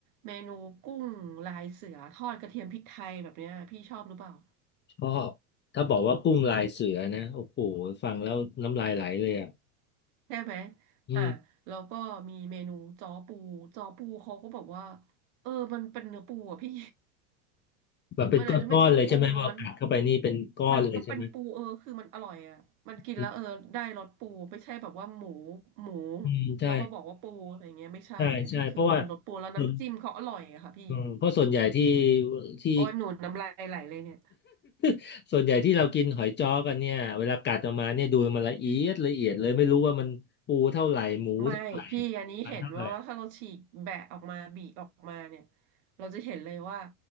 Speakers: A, on the right; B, on the left.
A: เมนูกุ้งลายเสือทอดกระเทียมพริกไทยแบบเนี้ยพี่ชอบหรือเปล่า
B: เพราะถ้าบอกว่ากุ้งลายเสือนะโอ้โหฟังแล้วน้ำลายไหลเลยอ่ะ
A: ใช่ไหม
B: อืม
A: อ่ะแล้วก็มีเมนูจ้อปูจ้อปูเขาก็บอกว่าเออมันเป็นเนื้อปูอ่ะพี่
B: แบบเป็นก้อนๆเลยใช่ไหมว่ากัดเข้าไปนี่เป็นก้อนเลยใช่ไหม
A: มันอาจจะไม่ใช่ปูล้วนมันก็เป็นปูเออคือมันอร่อยอ่ะมันกินแล้วเออได้รสปูไม่ใช่แบบว่าหมู
B: อืม
A: หมู
B: อืมใช่
A: แล้วมาบอกว่าปูอะไรเงี้ยไม่ใช่นะก็คือมันเป็นรสปูแล้วน้ำจิ้มเขาอร่อยอะค่ะพี่
B: ใช่ใช่เพราะว่าส่วนอืมเพราะส่วนใหญ่ที่ที่
A: โอ้ยหนูน้ำลายไหลเลยเนี่ย
B: <laughs> ส่วนใหญ่ที่เรากินหอยจ้อกันเนี่ยเวลากัดออกมาเนี่ยดูมันละเอียดละเอียดเลยไม่รู้ว่ามันปูเท่าไหร่หมูเท่าไหร่
A: ไม่พี่อันนี้เห็นว่าว่าถ้าเราฉีกแบะออกมาบีออกมาเนี่ย
B: มันเท่าไหร่
A: เราจะเห็นเลยว่า